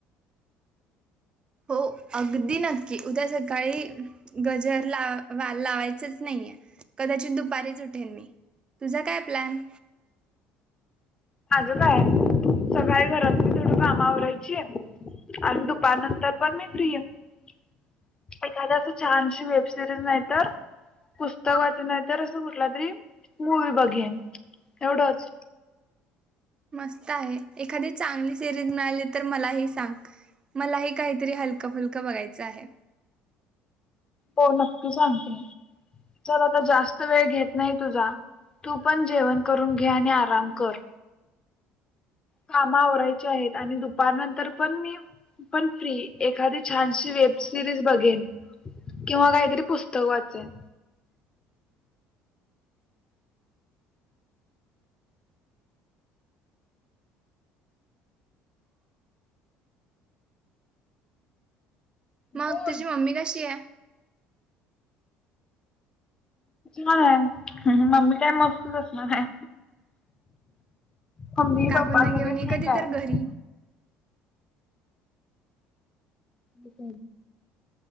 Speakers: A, on the right; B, on the left.
A: हो अगदी नक्की उद्या सकाळी गजर ला लावायचच नाहीये कदाचित दुपारीच उठेन मी तुझा काय प्लॅन
B: माझ काय सकाळी घरात थोड कामावरयची आहे आणि दुपार नंतर पण मी फ्री आहे एखाद अस छानशी वेब सिरीज नाहीत पुस्तक वाच नाहीत असं कुठला तरी मूवी बघेन एवढच
A: मस्त आहे एखादी चांगली सिरीज मिळाली तर मलाही सांग मलाही काहीतरी हलकं फुलकं बघायचं आहे
B: हो नक्की सांगते चल आता जास्त वेळ घेत नाही तुझा तू पण जेवण करून घे आणि आराम कर कामा आवरायची आहेत आणि दुपारनंतर पण मी पण फ्री एखादी छानशी वेब सिरीज बघेन किंवा काहीतरी पुस्तक वाचेन बोल
A: मग तुझी मम्मी कशी आहे
B: मणार आहे मम्मी काय मस्तच असणार आहे मम्मी
A: काकणना
B: पप्पा सगळे
A: घेऊन
B: ठीक
A: कधी
B: आहेत
A: तर घरी
B: हो का